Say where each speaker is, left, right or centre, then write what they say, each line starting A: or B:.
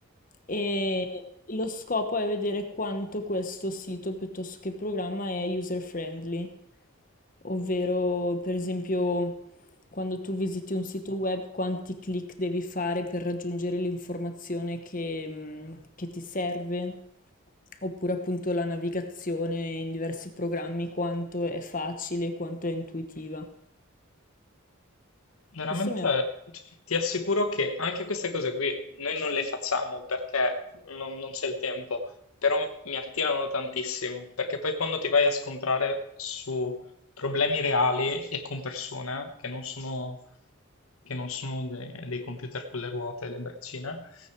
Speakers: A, on the left (about 40°); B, on the left (about 80°).
A: e lo scopo è vedere quanto questo sito piuttosto che programma è user friendly ovvero per esempio quando tu visiti un sito web, quanti click devi fare per raggiungere l'informazione che, mm, che ti serve? Oppure appunto la navigazione in diversi programmi, quanto è facile, quanto è intuitiva.
B: Veramente
A: Questo mi ha...
B: t- ti assicuro che anche queste cose qui noi non le facciamo perché non, non c'è il tempo, però mi mi attirano tantissimo, perché poi quando ti vai a scontrare su problemi reali e con persone che non sono, che non sono de- dei computer con le ruote e le braccine,